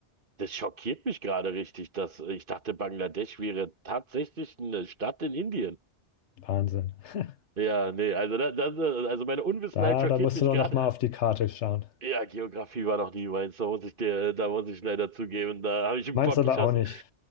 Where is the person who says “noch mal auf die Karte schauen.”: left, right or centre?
Left